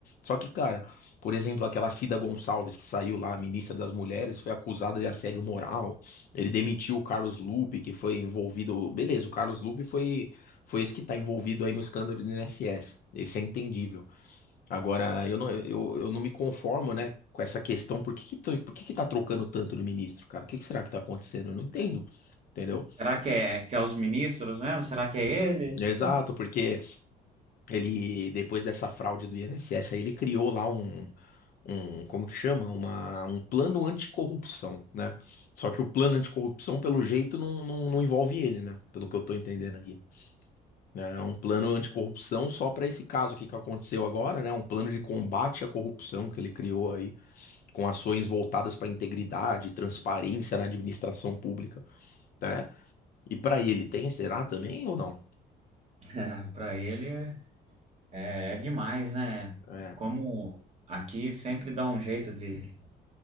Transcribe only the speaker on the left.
Só que, cara, por exemplo, aquela Cida Gonçalves que saiu lá, ministra das Mulheres, foi acusada de assédio moral. Ele demitiu o Carlos Lupe, que foi envolvido. Beleza, o Carlos Lupe foi, foi esse que está envolvido aí no escândalo do INSS. Esse é entendível. Agora, eu não, eu, eu não me conformo, né, com essa questão. Por que que, to- por que que tá trocando tanto de ministro, cara? O que que será que tá acontecendo? Eu não entendo, entendeu?
Exato, porque ele, depois dessa fraude do INSS, aí ele criou lá um, um, como que chama? Uma, um plano anticorrupção, né? Só que o plano anticorrupção, pelo jeito, não, não, não envolve ele, né? Pelo que eu tô entendendo aqui. É um plano anticorrupção só para esse caso aqui que aconteceu agora, né? Um plano de combate à corrupção que ele criou com ações voltadas para integridade e transparência na administração pública, né? E para ele tem, será também ou não?
É.